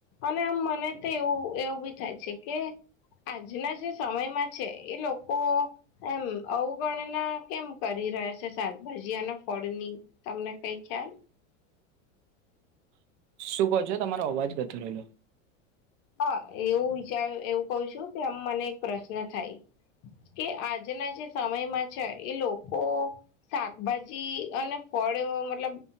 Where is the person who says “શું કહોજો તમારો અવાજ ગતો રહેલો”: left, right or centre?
Right